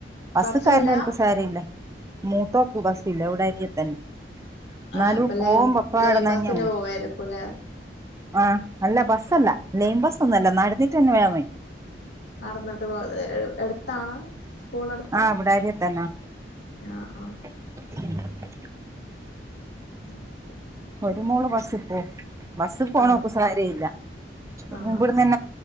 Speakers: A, on the right; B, on the left.
A: ബസ്
B: ബസ്സില്ല
A: കായറണവവർക്ക്- സാരില്ല മൂത്തോക്ക് ബസില്ല എവിടെ അരിയ തന്നെ എന്നാലും
B: ആഹ് അപ്പൊ
A: പോകുമ
B: ലൈൻ
A: പക്ക
B: ലൈൻ
A: അടന്നന്നെയ
B: ബസ്സിന് പോവായിരിക്കുംല്ലേ
A: ആഹ് അല്ല ബസ്സല്ല ലെയിൻ ബസ് ഒന്നുംല്ല നുന്നിട്ട് തന്നെ വേ വ
B: നടന്നിട്ട് പോയത് എടുത്താണ് സ്കൂൾടു-
A: ആഹ് ഇവിടെ ആരിയ തന്നോ
B: ആഹ് ആഹ്
A: <inaudible>
B: <inaudible>
A: ഒരു മോള് ബസ്സിൽ പോ ബസ്സിൽ പോണക്ക
B: ആഹ്
A: സരിഇല്ലൻഇവ്ടെന്ന്ന്നെ
B: ആഹ് ആഹ്